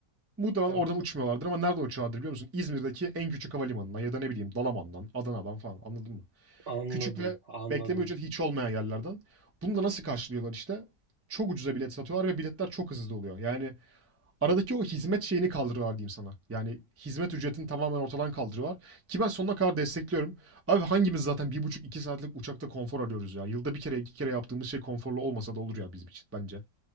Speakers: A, on the right (about 20°); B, on the right (about 50°).
A: Muhtemelen
B: Evet.
A: oradan uçmuyorlardır ama nereden uçuyorlardır biliyor musun? İzmir'deki en küçük havalimanından ya da ne bileyim Dalaman'dan, Adana'dan falan anladın mı?
B: Anladım,
A: Küçük ve
B: anladım.
A: bekleme ücreti hiç olmayan yerlerden. Bunu da nasıl karşılıyorlar işte? Çok ucuza bilet satıyorlar ve biletler çok hızlı oluyor. Yani aradaki o hizmet şeyini kaldırıyorlar diyeyim sana. Yani hizmet ücretini tamamen ortadan kaldırıyorlar. Ki ben sonuna kadar destekliyorum. Abi hangimiz zaten bir buçuk iki saatlik uçakta konfor arıyoruz ya. Yılda bir kere iki kere yaptığımız şey konforlu olmasa da olur ya bizim için bence.